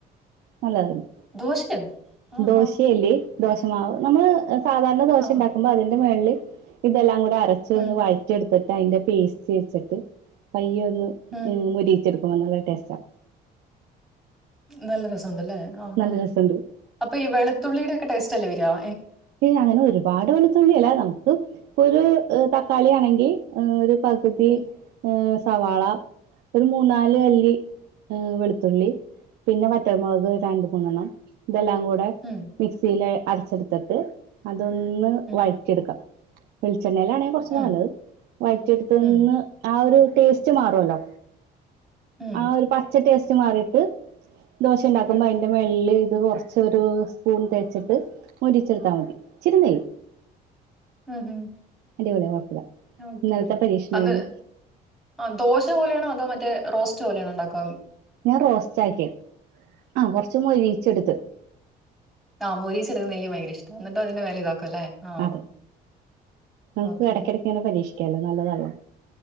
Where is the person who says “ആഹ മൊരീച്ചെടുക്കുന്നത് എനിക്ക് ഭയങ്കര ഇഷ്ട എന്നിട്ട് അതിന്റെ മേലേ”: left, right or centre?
Centre